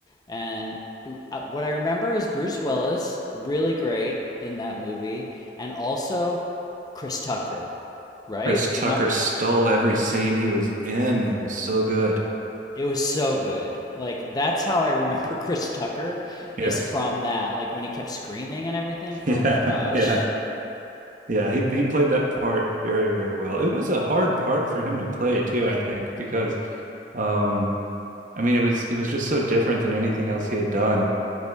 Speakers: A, on the left; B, on the right.
A: and uh, what I remember is Bruce Willis really great in that movie, and also Chris Tucker, right?
B: Chris Tucker
A: Am I
B: stole every scene he was in. It was so good.
A: It was so good. Like that's how I remember <laughs> Chris Tucker
B: Yes.
A: is from
B: <laughs>
A: that. Like when he kept screaming and everything. Oh
B: Yeah.
A: my gosh.
B: Yeah. Yeah. He he played that part very, very well. It was a hard part for him to play too, I think, because um, I mean, it was it was just so different than anything else he had done.